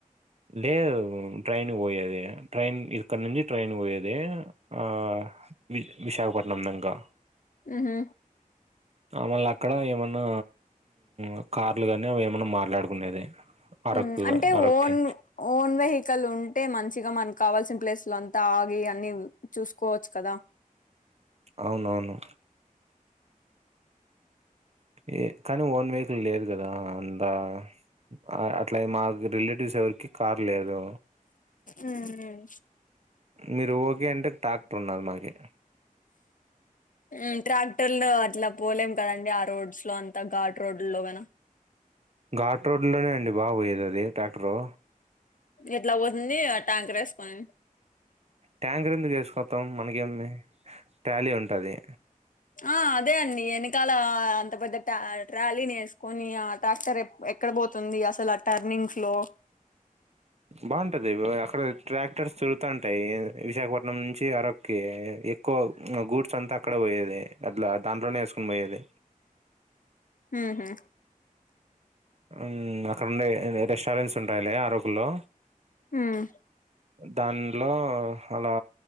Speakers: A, on the right; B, on the left.
A: లేదు ట్రైన్కి పోయేది ట్రైన్ ఇక్కడ నుంచి ట్రైన్కి పోయేది ఆ వి విశాఖపట్నం దాంకా
B: ఉహు
A: మళ్ళ అక్కడ ఏమన్నా ఉ కార్లు కానీ అవి ఏమన్నా మాట్లాడుకునేది. అరకుగా
B: ఉమ్ అంటే
A: అరక్కి
B: ఓన్ ఓన్ వెహికల్ ఉంటే మంచిగా మనకు కావాల్సిన ప్లేసులంతా ఆగి అన్ని చూస్కోవచ్చు కదా
A: అవునవును ఏ కానీ ఓన్ వెహికల్ లేదు కదా అంతా అ అట్లే మాకు రిలేటివ్స్ ఎవరికి కార్ లేదు
B: ఉ ఉ
A: మీరు ఓకే అంటే టాక్టర్ ఉన్నాది మాకి
B: ఉమ్ ట్రాక్టర్లో అట్లా పోలేం కదండి ఆ రోడ్స్లో అంతా ఘాటు రోడ్లలోనా.
A: ఘాటు రోడ్లోనే అండి బాగా పోయేది అది ట్రాక్టరు
B: ఎట్లా పోతుంది ఆ ట్యాంకర్ యేసుకొని
A: ట్యాంకర్ ఎందుకు వేసుకోస్తాం మనకేమి ట్రాలీ ఉంటాది.
B: ఆ అదే అండి వెనికాల అంత పెద్ద ట్యా ట్రలీని వేసుకొని ఆ ట్రాక్టర్ ఎప్ ఎక్కడ పోతుంది అసలు ఆ టర్నింగ్స్లో
A: బాగుంటది అక్కడ ట్రాక్టర్స్ తొరుగుతంటాయి విశాఖపట్నం నుంచి అరక్ ఓకే ఎక్కువ గూడ్స్ అంతా అక్కడ పోయేది అట్లా దాంట్లోనే వేసుకొని పోయేది.
B: ఉహు
A: ఉమ్ అక్కడ ఉండే రెస్టారెంట్స్ ఉంటాయిలే అరకులో
B: మ్మ్
A: దాన్లో అలా